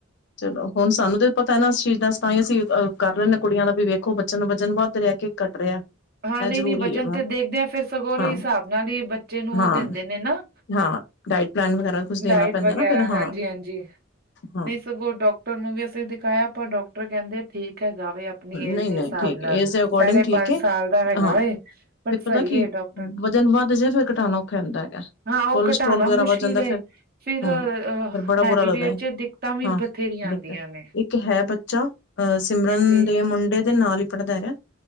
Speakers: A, on the left; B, on the right.
A: ਚਲੋ। ਹੁਣ ਸਾਨੂੰ ਤੇ ਪਤਾ ਹੈ ਨਾ ਇਸ ਚੀਜ਼ ਦਾ ਤਾਂ ਹੀ ਅਸੀਂਹ ਕਰ ਲੈਂਦੇ ਹਾਂ। ਕੁੜੀਆਂ ਦਾ ਵੀ ਵੇਖੋ ਬ ਬਚਾਉਣ ਵਜਨ ਵੱਧ ਰਹਿ ਕੇ, ਕੱਟ ਰਿਹਾ।
B: ਹਾਂ, ਨਹੀਂ-
A: ਇਹ ਜ਼ਰੂਰੀ
B: ਨਹੀਂ ਵਜਨ
A: ਹੈ ਵਾ
B: ਤੇ ਦੇਖਦੇ ਹਾ ਫਿਰ ਸਗੋਂਰੇ
A: ਹਾਂ
B: ਹਿਸਾਬ ਨਾਲ ਹੀ ਬੱਚੇ ਨੂੰ
A: ਹਾਂ
B: ਉਹ ਦਿੰਦੇ ਨੇ ਨਾ।
A: ਹਾਂ, ਡਾਇਟ ਪਲੈਨ ਵਗੈਰਾ ਕੁਛ ਦੇਣਾ
B: ਡਾਇਟ
A: ਪੈਂਦਾ
B: ਵਗੈਰਾ
A: ਨਾ ਫਿਰ
B: ਹਾਂਜੀ-ਹਾਂਜੀ
A: ਹਾਂ। ਹਾਂ
B: ਨਹੀਂ ਸਗੋਂ ਡਾਕਟਰ ਨੂੰ ਵੀ ਅਸੀਂ ਦਿਖਾਇਆ, ਪਰ ਡਾਕਟਰ ਕਹਿੰਦੇ ਠੀਕ ਹੈਗਾਵੇ। ਆਪਣੀ ਏਜ
A: ਨਹੀਂ
B: ਦੇ
A: ਨਹੀਂ
B: ਹਿਸਾਬ
A: ਠੀਕ
B: ਨਾਲ,
A: ਹੈ ਏਜ ਦੇ ਅਕੋਰਡਿੰਗ
B: ਸਾਢੇ
A: ਠੀਕ
B: ਪੰਜ
A: ਹੈ
B: ਸਾਲ ਦਾ ਹੈਗਾ।
A: ਹਾਂ
B: ਪਰ
A: ਫਿਰ ਪਤਾ
B: ਸਹੀ
A: ਕੀ
B: ਹੈ ਡਾਕ
A: ਵਜਨ ਵੱਧ ਜੇ ਫ਼ਿਰ ਕਟਾਣਾ ਔਖਾ ਹੁੰਦਾ ਹੈਗਾ।
B: ਹਾਂ,
A: ਕੋਲਸਟਰੋਲ
B: ਉਹ ਘਟਾਉਣਾ
A: ਵਗੈਰਾ
B: ਮੁਸ਼ਕਿਲ
A: ਵੱਧ ਜਾਂਦਾ
B: ਹੈ।
A: ਫਿਰ
B: ਫਿਰ
A: ਹਮ ਫਿਰ ਬੜਾ
B: ਹੈਵੀ
A: ਬੁਰਾ ਲੱਗਦਾ
B: ਵੇਟ
A: ਹੈ
B: ਚ' ਦਿੱਕਤਾਂ ਵੀ
A: ਹਾਂ
B: ਬਥੇਰੀਆਂ
A: ਦੇਖਦਾ
B: ਆਉਂਦੀਆਂ ਨੇ।
A: ਇੱਕ ਹੈ ਬੱਚਾ, ਅਹ ਸਿਮਰਨ
B: ਹਾਂਜੀ
A: ਦੇ ਮੁੰਡੇ ਦੇ ਨਾਲ ਹੀ ਪੜ੍ਹਦਾ ਹੈਗਾ।